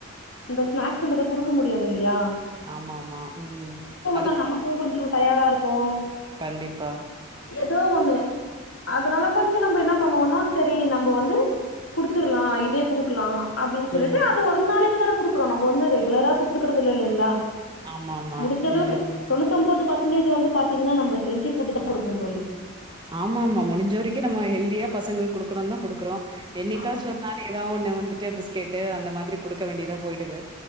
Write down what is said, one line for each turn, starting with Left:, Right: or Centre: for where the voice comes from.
Left: இந்த ஸ்நாக்ஸுன்றத குடுக்க முடியாதில்யா
Right: ஆமாமா ம் அது
Left: நாள் நமக்கும் கொஞ்சோ டயர்டா இருக்கு
Right: கண்டிப்பா
Left: எதோ ஒன்னு அதனால கொஞ்சொ நம்ம என்ன பண்ணுவோன்னா செரி நம்ப வந்து குடு த்துர்லா இதே குடுக்கலா அப்டின் சொல்லிட்டு
Right: ம்
Left: அது ஒரு நாளைக் கு தான‌ குடுக்குறோ நம்ப வந்து ரெ குலரா குடுத்துக்குறதில்ல இல்லெங்ளா
Right: ஆமா ஆமா
Left: முடுஞ்ச அளவுக்கு
Right: ம்
Left: தொண்ணூத் தொம்போது பஸன்டேஜ் வந்து பாத்தீங்னா நம்ம ஹெல்தி ஃபுட்டுதா குடுக்குறோ தோழி
Right: ஆமாமா முடிஞ்ச வரைக்கு நம்ம ஹெல்தியா பசங்களுக் குடுக்கனுன்தா குடுக்குறோ என்னைக்காச்சு
Left: ஆமா
Right: ஒரு நாள் எதா ஒன்னு வ ந்துட்டு பிஸ்கெட்டு் அந்த மாதிரி குடுக்க வேண்டியதா போயிடுது